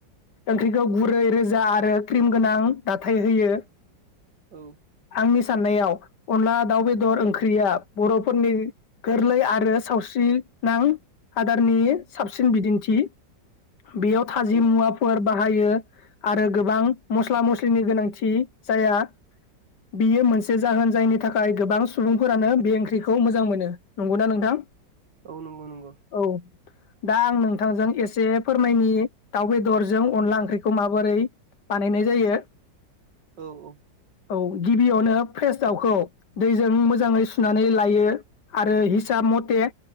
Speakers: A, on the left; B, on the right.
A: ओंख्रिखौ गुरै रोजा आरो क्रिम गोनां दाथाय होयो
B: औ
A: आंनि साननायाव अनला दाउ बेदर ओंख्रिया बर'फोरनि गोरलै आरो सावस्रि नां आदारनि साबसिन बिदिन्थि बेयाव थाजि
B: औ
A: मुवाफोर बाहायो आरो गोबां मस्ला मस्लिनि गोनांथि जाया बियो मोनसे जाहोन जायनि थाखाय गोबां सुबुंफोरानो बे ओंख्रिखौ मोजां मोनो। नंगौना नोंथां!
B: औ नंगौ नंगौ
A: औ दा आं नोंथांजों एसे फोरमायनि दाउ बेदरजों अनला ओंख्रिखौ माबोरै बानायनाय जायो
B: औ औ
A: औ गिबियावनो फ्रेस दाउखौ दैजों मोजाङै सुनानै लायो आरो हिसाब मथे बे